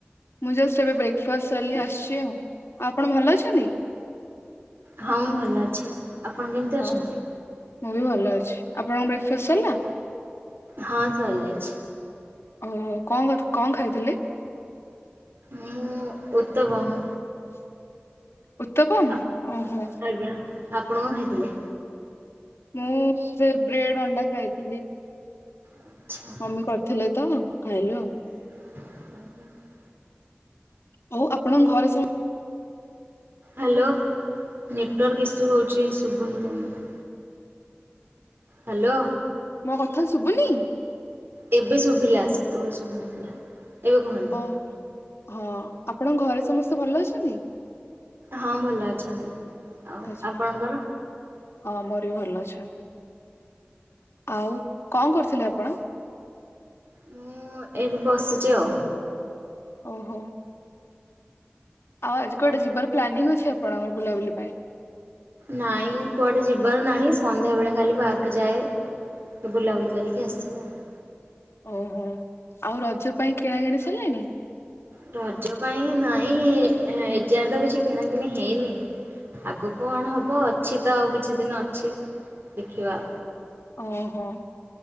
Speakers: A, on the left; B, on the right.
A: ମୁଁ ଜଷ୍ଟ ଏବେ ବ୍ରେକ୍ଫାଷ୍ଟ ସାରିଲି ଆସିଚି ଆଉ ଆଉ ଆପଣ ଭଲ ଅଛନ୍ତି?
B: ହଁ ମୁଁ ଭଲ ଅଛି ଆପଣ କେମିତି
A: ହଁ
B: ଅଛନ୍ତି?
A: ମୁଁ ବି ଭଲ ଅଛି ଆପଣଙ୍କ ବ୍ରେକ୍ଫାଷ୍ଟ ସାରିଲା?
B: ହଁ ହାରିଯାଇଛି।
A: ଓହୋ କରିଥି କଁ ଖାଇଥିଲେ?
B: ମୁଁ ଉତବମ୍
A: <inaudible> ଉତ୍ତପମ?
B: ଆପ
A: ଓହୋ
B: ଆଜ୍ଞା ଆପଣ କଣ ଖାଇଥିଲେ?
A: ମୁଁ ସେଇ ବ୍ରେଡ଼୍ ଅଣ୍ଡା ଖାଇଥିଲି।
B: ଆଚ୍ଛା।
A: ମମି କରିଥିଲେତ ଖାଇଲୁ ଆଉ।
B: <unintelligible>
A: ହଉ ଆପଣଙ୍କ ଘରେ ସମେ
B: ହାଲୋ ନେଟୱାର୍କ ଇସ୍ୟୁ ହେଉଚି ସୁବୁନି ଜମାରୁ। ହାଲୋ।
A: ମୋ କଥା ଶୁବୁନି?
B: ଏବେ ଶୁଭିଲା ସେତେବେଳେ ଶୁଭୁନଥିଲା। ଏବେ କୁହନ୍ତୁ
A: ଓ ହଁ ଆପଣଙ୍କ ଘରେ ସମସ୍ତେ ଭଲ ଅଛନ୍ତି?
B: ହଁ ଭଲ ଅଛନ୍ତି ଆଉ
A: ଆଚ୍ଛା
B: ଆପଣଙ୍କର?
A: ହଁ ମୋରବି ଭଲ ଅଛନ୍ତି ଆଉ କଣ କରୁଥିଲେ ଆପଣ?
B: ମୁଁ ଏଇଠି ବସିଚି ଆଉ।
A: ଓହୋ। ଆଉ ଆଜି
B: ହଉ
A: କୁଆଡ଼େ ଯିବାର ପ୍ଲାନିଂ ଅଛି ଆପଣଙ୍କର ବୁଲାବୁଲି ପାଇଁ?
B: ନାଇଁ କୁଆଡେ ଯିବାର ନାହିଁ ସନ୍ଧ୍ୟା ବେଳେ ଖାଲି ପାର୍କ ଯାଏ। ସେ ବୁଲାବୁଲି କରିକି ଆସିବ ଆଉ।
A: ଓହୋ, ଆଉ ରଜ ପାଇଁ କିଣା କିିଣି ସରିଲାଣି?
B: ରଜ ପାଇଁ ନାଇଁ, ଏଯାଏ ତ କିଛି କିଣା କିିଣି ହେଇନି। ଆଗକୁ କଣ ହବ, ଅଛି ତ ଆଉ କିଛି ଦିନ ଅଛି, ଦେଖିବା।
A: ଓହୋ।